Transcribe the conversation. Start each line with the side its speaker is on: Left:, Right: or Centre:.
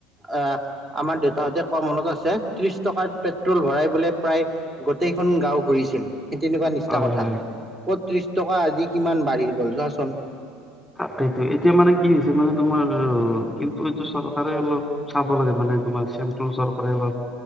Right: আহ আমাৰ দেউতাহঁতে কোৱা মনত আছে ত্ৰিশ টকাৰ পেট্ৰল ভৰাই বোলে প্ৰায় গোটেইখন গাওঁ ঘূৰিছিল সেই তেনেকুৱা নিচিনা
Centre: হয়
Right: কথা।
Centre: হয়
Right: ক'ত ত্ৰিশ টকা আজি কিমান বাঢ়ি গ'ল চোৱাচোন।
Centre: তাকেটো এতিয়া মানে কি হৈছে মানে তোমাৰ কিন্তু এইটো চৰকাৰে অলপ চাব লাগে মানে তোমাৰ চেণ্ট্ৰেল চৰকাৰে অলপ